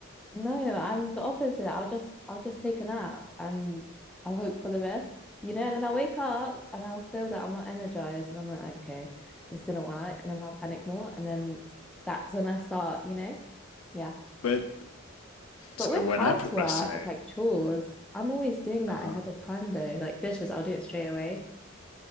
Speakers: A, in the centre; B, on the left (about 75°).
A: No, I'm the opposite. I'll just I'll just take a nap and I'll hope for the best, you know, and then I'll wake up and I'll feel that I'm not energized and I'm like, okay, this didn't work, and then I'll panic more and then that's when I start, you know? Yeah.
B: But so
A: But with
B: when
A: housework,
B: I procrastinate,
A: like chores, I'm always doing
B: uh-huh.
A: that ahead of time though. Like dishes, I'll do it straight away.